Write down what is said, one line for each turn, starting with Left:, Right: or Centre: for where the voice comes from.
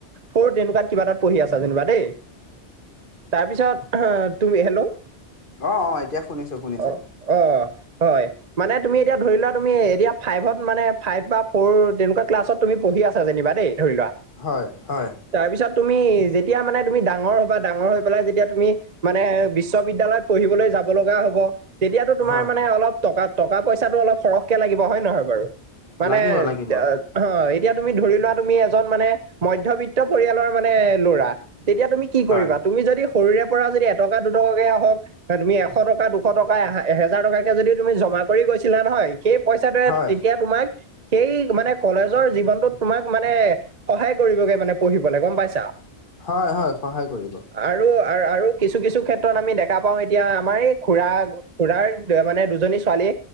Right: ফ'ৰ তেনেকুৱাত কিবা এটাত পঢ়ি আছা যেনিবা দেই। তাৰপিছত তুমি, হেল্ল'?
Left: অঁ অঁ, এতিয়া শুনিছোঁ শুনিছোঁ।
Right: অ অ, হয়। মানে তুমি এতিয়া ধৰি লোৱা তুমি এতিয়া ফাইভত মানে ফাইভ বা ফ'ৰ তেনেকুৱা ক্লাছত তুমি পঢ়ি আছা যেনিবা দেই। ধৰি লোৱা।
Left: হয়, হয়।
Right: তাৰপিছত তুমি, যেতিয়া মানে তুমি ডাঙৰ হবা, ডাঙৰ হৈ পেলাই যেতিয়া তুমি মানে বিশ্ববিদ্যালয়ত পঢ়িবলৈ যাব লগা হ'ব, তেতিয়াতো তোমাৰ
Left: হয়
Right: মানে অলপ টকা, টকা পইচাটো অলপ সৰহকে লাগিব হয় নহয় বাৰু? মানে
Left: লাগিব লাগিব
Right: অ এতিয়া তুমি ধৰি লোৱা তুমি এজন মানে মধ্যবিত্ত পৰিয়ালৰ মানে ল'ৰা, তেতিয়া তুমি কি
Left: হয়
Right: কৰিবা তুমি যদি সৰুৰে পৰা যদি এটকা দুটকাকে হওক এ তুমি এশ টকা দুশ টকা এ এহেজাৰ টকাকে যদি তুমি জমা কৰি গৈছিলা নহয় সেই পইচাটোৱে
Left: হয়
Right: তেতিয়া
Left: হয়
Right: তোমাক সেই মানে কলেজৰ জীৱনটোত তোমাক মানে সহায় কৰিবগে মানে পঢ়িবলে, গম পাইছা?
Left: হয় হয় সহায় কৰিব।
Right: আৰু আৰু কিছু কিছু ক্ষেত্ৰত আমি দেখা পাওঁ এতিয়া আমাৰ এই খুৰা খুৰাৰ মানে দুজনী ছোৱালী